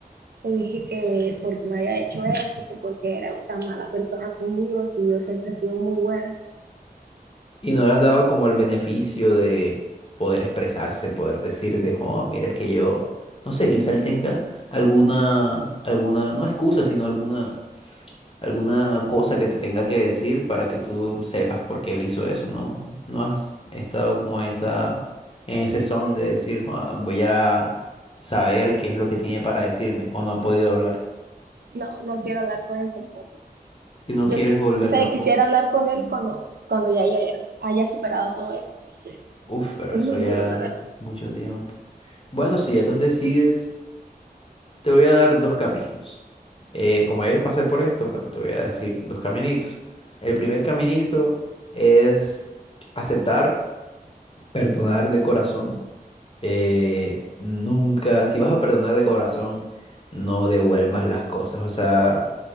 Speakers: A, on the right (about 75°); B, on the left (about 35°).
A: Le dije que porque me había hecho eso, que porque era tan mala persona conmigo, si yo siempre he sido muy buena.
B: Y no le has dado como el beneficio de poder expresarse, poder decirte, oh, mira, es que yo, no sé, quizá él tenga alguna, alguna, no excusa, sino alguna alguna cosa que te tenga que decir para que tú sepas por qué él hizo eso, ¿no? No has estado como esa, en ese son de decir, "Ah, voy a saber qué es lo que tiene para decirme, o no ha podido hablar.
A: No, no quiero hablar con él tampoco.
B: Y no
A: Yo,
B: quieres volver
A: no sé,
B: tampoco.
A: quisiera hablar con él cuando, cuando ya, ya, ya haya superado todo esto. Sí,
B: Uf, pero
A: Es
B: eso
A: muy
B: ya
A: duro, la verdad.
B: mucho tiempo. Bueno, si ya tú decides, te voy a dar dos caminos. Eh, como ya yo pasé por esto, bueno, te voy a decir dos caminitos. El primer caminito es aceptar. Perdonar de corazón. eh, nunca, si vas a perdonar de corazón, no devuelvas las cosas. O sea,